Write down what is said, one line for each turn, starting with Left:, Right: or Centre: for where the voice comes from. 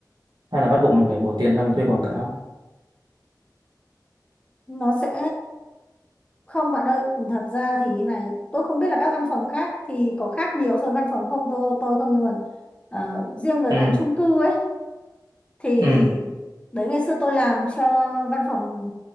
Right: hay là bắt buộc mình phải bỏ tiền ra mình thuê quảng cáo
Left: nó sẽ Không bạn ơi, thật ra thì như này, tôi không biết là các văn phòng khác thì có khác nhiều so với văn phòng không tôi tôi không nhưng mà ờ, riêng về
Right: ừ
Left: bán chung cư ấy thì
Right: ừ
Left: đấy ngày xưa tôi làm cho văn phòng